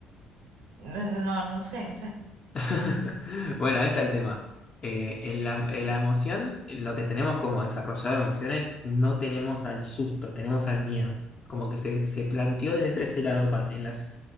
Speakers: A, on the right; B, on the left.
A: no, no sé, no sé.
B: <laughs> Bueno, ahí está el tema. Eh, en la, en la emoción, en lo que tenemos como desarrollado de emociones, no tenemos al susto, tenemos al miedo. Como que se, se planteó desde ese lado cuan- en las,